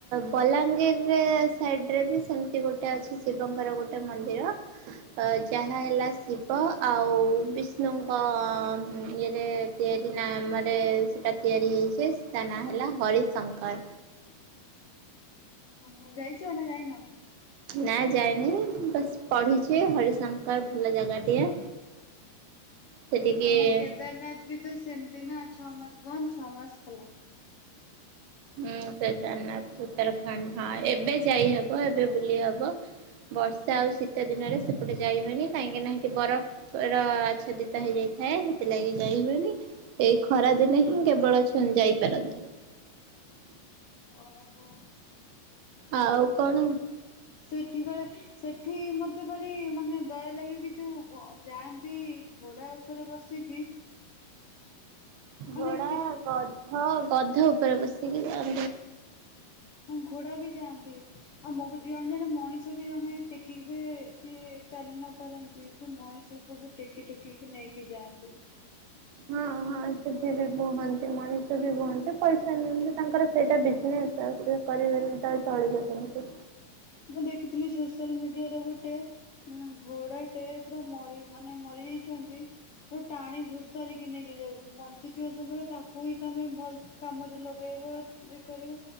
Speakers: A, on the right; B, on the left.
A: ବଲାଙ୍ଗୀର ସାଇଡ ରେ ବି ସେମିତି ଗୋଟେ ଅଛି ଶିବଙ୍କର ଗୋଟେ ମନ୍ଦିର ଅ ଯାହା ହେଲା ଶିବ ଆଉ ବିଷ୍ଣୁଙ୍କ ଇଏରେ ତିଆରି ନାମରେ ସେଇଟା ତିଆରି ହୋଇଇଛି ତା ନାଁ ହେଲା ହରି ସଂଙ୍କଳ
B: ଓୋ ଯାଇଛି ଆ ନା ଯାଇନ
A: ନା ଯାଇନି ବସ ପଢିଛି ହରିଶଙ୍କର ଭଲ ଜାଗାଟିଏ ସେଠିକି
B: ଆମ କେଦାରନାଥ ବି ତ ସେମିତି ନା ଛଅ ମାସ ବନ୍ଦ ଛଅ ମାସ କଲା
A: ହୁଁ କେଦାରନାଥ ଉତ୍ତରାଖଣ୍ଡ ହଁ ଏବେ ଯାଇହବ ଏବେ ବୁଲି ହବ ବର୍ଷା ଆଉ ଶୀତ ଦିନରେ ସେପଟେ ଯାଇ ହଏନି କାହିଁକି ନାଠି ବରଫ ର ଆଚ୍ଛାଦିତ ହେଇଯାଇଥାଏ। ଲାଗି ଯାଇିବନି ଏଇ ଖରାଦିନେ ହିଁ କେବଳ ଅ ଯାଇପାରନ୍ତି। ହ।
B: ଓ ହୋ।
A: ଆଉ କଣ?
B: ସେଠି କଳେ ସେଠି ମତେ ଭାର ମାନେ ଦୟା ଲାଗ କିି ଯୋଉ ଯାଆନ୍ତି ଘୋଡା ଉପରେ ବସିକି ମାନେ
A: ଘୋଡା
B: କେତେ
A: ଗଧ ଗଧ ଉପ ବସି ଆ
B: ମୁଁ ଘୋଡା ବି ଯାଆନ୍ତି ଆଉ ମୁକୁ ଜଣେ ଜଣେ ମଣିଷ ତ ବି ଜଣେ ଟେକିବଏ ଯିଏ ଚାଲି ନ ପାରନ୍ତି ସେ ମଣିଷ କୁ ବି ଟେକି ଟୁକିକି ନେଇକି ଯାଆନ୍ତି।
A: ହଁ ହଁ ସେଠି ବି ବୁହନ୍ତି ମଣିଷ ବି ବୁହନ୍ତି, ପଇସା ନିଅନ୍ତି ତାଙ୍କର ସେଇଟା ବିଜନେସ ଆଉ ସେ କରିବେନି ତ ଚଳିବେ କେମିତି?
B: ମୁଁ ଦେଖିଥିଲି ସୋସିଆଲ ମିଡିଆରେ ଗୋଟେ ଟେ ଘୋଡାଟେ ପୁରା ମ ମାନେ ମରିଯାଇଛନ୍ତି ଟାଣି ଘୁସାରିକି ନେଇକି ଯାଉଛନ୍ତି ବଞ୍ଚିଥିବା ସମୟରେ ତାକୁ ହିଁ ତମେ ଭଲ କାମରେ ଲଗେଇବ ଇଏ କରିବ